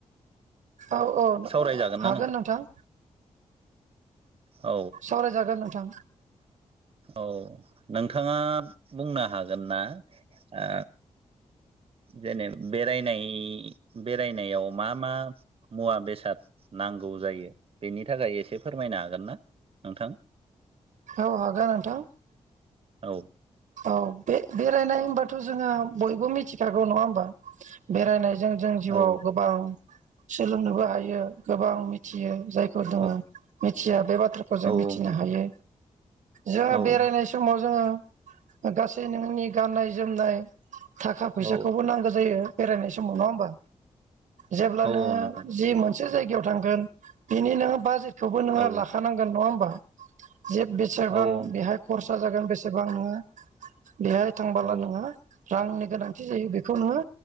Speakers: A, on the right; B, on the right.
A: औ औ
B: सावरायजागोन ना
A: हागोन नोंथां।
B: औ।
A: सावरायजागोन नोंथां
B: औ नोंथाङा बुंनो हागोन ना आ जेने बेरायनाय बेरायनायाव मा मा मुवा बेसाद नांगौ जायो बेनि थाखाय एसे फोरमायनो हागोन ना नोंथां?
A: औ हागोन नोंथां।
B: औ।
A: औ बे बेरायनाय होनबाथ' जोङो बयबो मिथिखागौ नङा होमबा बेरायनाय जों जों जिउआव
B: औ
A: गोबां सोलोंनोबो हायो गोबां मिथियो जाय खौ जों
B: औ
A: मिथिया बे बाथ्राखौ
B: औ
A: जों
B: औ
A: मिथिनो
B: नोंथां
A: हायो। जोङो
B: औ
A: बेरायनाय
B: औ
A: समाव जोङो गासै नोंनि गाननाय-जोमनाय थाखा फैसाखौबो
B: औ
A: नांगौ जायो। बेरायनाय समाव नङा होमबा जेब्लानोङो
B: औ नोंथां
A: जि मोनसे मोनसे जायगायाव थांगोन बिनि नोङो बाजेटखौबो नोङो
B: औ
A: लाखानांगोन नङा होमबा? जे बेसेबां
B: औ नोंथां
A: बेहाय खरसा जागोन बेसेबां नोङो बेहाय थांबोला
B: औ
A: नोङो रांनि गोनांथि जायो बेखौ नोङो